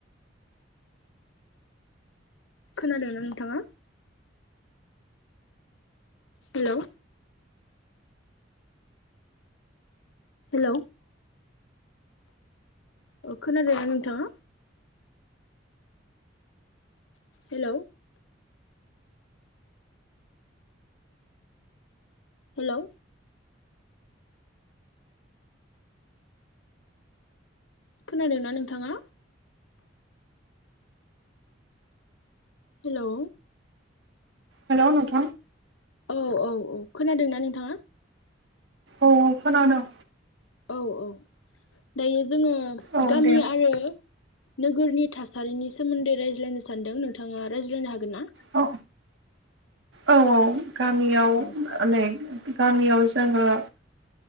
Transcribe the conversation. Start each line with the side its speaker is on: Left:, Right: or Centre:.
Left: खोनादों ना नोंथाङा? हेलौ हेलौ ओ खोनादोंना नोंथाङा? हेलौ हेलौ खोनादोंना नोंथाङा? हेलौ
Right: हेलौ‌ नोंथां
Left: औ औ औ खोनादों ना नोंथाङा?
Right: औ औ खोनादों।
Left: औ औ दायो जोङो
Right: औ
Left: गामि
Right: दे
Left: आरो नोगोरनि थासारिनि सोमोन्दै रायज्लायनो सानदों नोंथाङा रायज्लायनो हागोन ना?
Right: औ औ औ गामियाव
Left: औ
Right: नै गामियाव जोङो